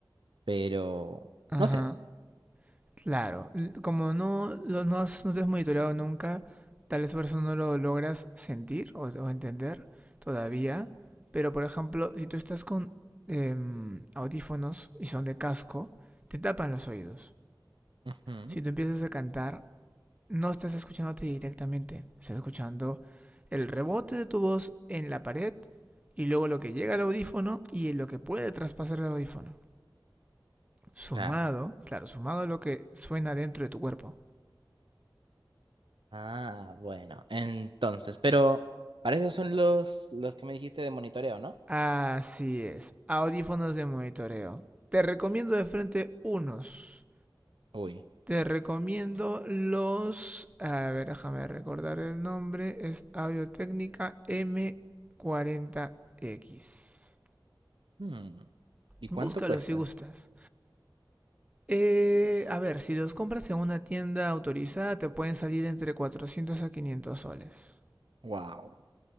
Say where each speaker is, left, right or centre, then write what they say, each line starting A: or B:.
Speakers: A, on the right; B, on the right.
A: pero
B: Ajá,
A: no sé.
B: claro. L- Como no, lo- no, has- no te has monitoreado nunca, tal vez por eso no lo logras sentir o, o entender todavía. Pero por ejemplo, si tú estás con em, audífonos y son de casco, te tapan los oídos.
A: Ujú,
B: Si tú empiezas a cantar, no estás escuchándote directamente, estás escuchando el rebote de tu voz en la pared y luego lo que llega al audífono y lo que puede traspasar el audífono. Sumado,
A: claro.
B: claro, sumado a lo que suena dentro de tu cuerpo.
A: Ah, bueno, entonces, pero para eso son los, los que me dijiste de monitoreo, ¿no?
B: Así es, audífonos de monitoreo. Te recomiendo de frente unos.
A: Uy.
B: Te recomiendo los... A ver, déjame recordar el nombre. Es Audio Técnica m cuarenta x
A: hmm, ¿Y cuánto
B: Búscalo
A: cuestan?
B: si gustas. Eh, a ver, si los compras en una tienda autorizada te pueden salir entre 400 a 500 soles.
A: Wow,